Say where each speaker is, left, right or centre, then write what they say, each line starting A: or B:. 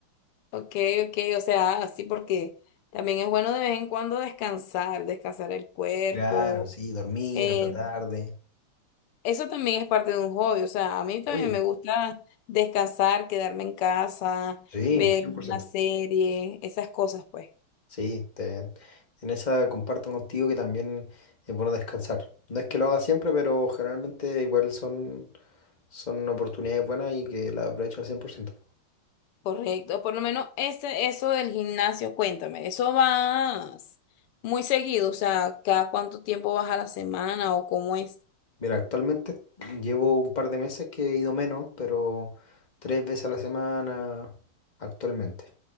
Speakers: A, on the left (about 85°); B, on the left (about 20°).
A: Ok, ok, o sea, así porque también es bueno de vez en cuando descansar, descansar el cuerpo.
B: Claro, sí, dormir
A: eh,
B: hasta tarde.
A: eso también es parte de un hobby, o sea, a mí también
B: Obvio.
A: me gusta descansar, quedarme en casa,
B: Sí,
A: ver
B: cien por ciento
A: una serie, esas cosas, pues.
B: Sí, te- en esa comparto contigo que también es bueno descansar. No es que lo haga siempre, pero generalmente igual son, son oportunidades buenas y que las aprovecho al 100%.
A: Correcto, por lo menos ese, eso del gimnasio, cuéntame, ¿eso vas muy seguido? O sea, ¿cada cuánto tiempo vas a la semana o cómo es?
B: Mira, actualmente llevo un par de meses que he ido menos, pero tres veces a la semana actualmente.